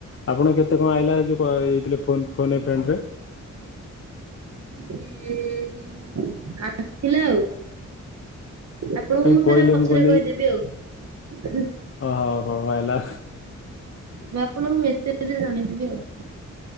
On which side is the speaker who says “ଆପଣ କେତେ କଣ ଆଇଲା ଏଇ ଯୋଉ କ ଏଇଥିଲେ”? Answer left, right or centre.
Left